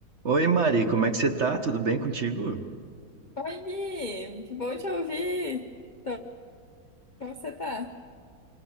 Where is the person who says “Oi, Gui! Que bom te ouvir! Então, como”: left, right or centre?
Left